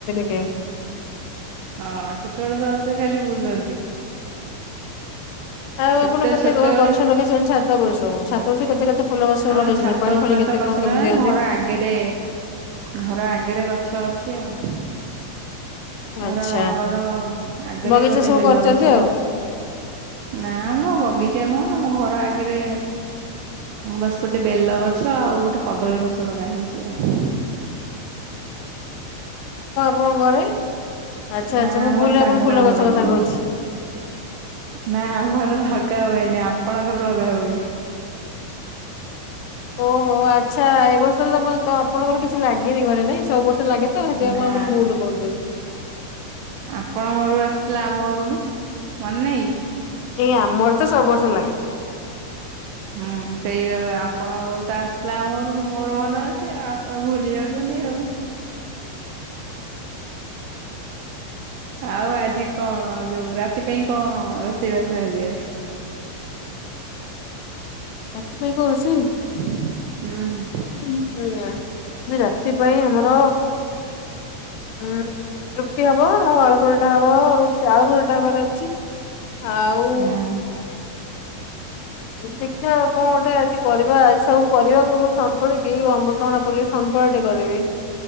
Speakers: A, on the left (about 80°); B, on the right (about 80°).
A: <inaudible>
B: ହଁ ଛୋଟବେଳେ ସବୁ ସେ ଖାଲି ବୁଲନ୍ତି।
A: ଆଉ
B: ସେତେ
A: ଆପଣ କେତେ
B: ଛୋଟବେଳେ
A: ଗଛ ଲଗେଇଚନ୍ତି ଛାତ ଉପରେ ସବୁ ଛାତ ଉପରେ ସବୁ କେତେ କେତେ ଫୁଲ ଗଛ ସବୁ
B: ଆମର
A: ଲଗେଇଛନ୍ତି
B: ଛାତ
A: ପାଣି
B: ଉପରେ
A: ଫାଣି କେତେ
B: ତ ଗଛ
A: କଣ କେମିତି
B: ଲଗା
A: ଦିଅନ୍ତି
B: ଘର ଆଗରେ ଘର ଆଗରେ ଗ ଛ ଅଛି ଆଉ। ଘରର
A: ଆଚ୍ଛା
B: ଆଗରେ
A: ବଗିଚା
B: ଗୋଟେ
A: ସବୁ
B: ବେଲ
A: କରିଛନ୍ତି
B: ଗଛ।
A: ଆଉ।
B: ନା ଆମର ବଗିଚା ନୁହଁ ଆମ ଘର ଆଗରେ ବାସ୍ ଗୋଟେ ବେଲ ଗଛ ଆଉ ଗୋଟେ କଦଳୀ ଗଛ ଲଗା ହେଇଚି ଆଉ।
A: ମୋ ଘରେ <unintelligible> ଆଚ୍ଛା
B: ନା
A: ଆଚ୍ଛା ମୁଁ
B: ଆମର
A: ଭୁଲରେ
B: ଶାଗ
A: ଆପଣ ଫୁଲ
B: ଫାଗ
A: ଗଛ
B: ଲଗାଉନା
A: କଥା କହୁଛି।
B: ନାଁ ଆମର ଲଗା ହୁଏନି ଆପଣଙ୍କର ଲଗା ହୁଏ।
A: ଓହୋ ଆଚ୍ଛା ଏ ବର୍ଷ <unintelligible> ଆପଣଙ୍କର କିଛି ଲାଗିନି ଘରେ ନାଇଁ ସବୁ ବର୍ଷ ଲାଗେ ତ ହେଥିପାଇଁ
B: ନା
A: ମୁଁ ଆପଣଙ୍କୁ ଭୁଲ କହି ଦୋଉଥିଲି।
B: ଆପଣଙ୍କ ଘରରୁ ଆସିଥିଲା ଆମ ଘରକୁ ମନେ ନାହିଁ କି?
A: ଆମର ତ ସବୁ ବର୍ଷ ଲାଗେ।
B: ହୁଁ ସେଇପା ଆପଣଙ୍କ ଘରୁ ତ ଆସିଲା ଆମ ଘରକୁ ମୋର ମନେ ଅଛି ଆଉ ଆପଣ ଭୁଲି ଯାଉଚନ୍ତି। ଦେ ଆଉ <unintelligible> ଆଉ ଆଜି କଣ ଯୋଉ ରାତି ପାଇଁ କଣ ରୋଷେଇବାସ ଆଜି ଅଛି?
A: ଏଥିପାଇଁ କର ଅଛି <unintelligible>
B: ହଁ
A: ହୁଁ ରାତି ପାଇଁ ଆମର ଉଁ ରୁଟି ହବ ଆଉ ଆଳୁ ପରଟା ହବ ର ଆଳୁ ଅଛି ଆଉ
B: ହୁଁ।
A: ନା କଣ ଉଠେ ଆସି କରିବା ସବୁ ପରିବାକୁ ଅମୃତଭଣ୍ଡା ପକେଇ ସନ୍ତୁଳା ଟେ କରିବି।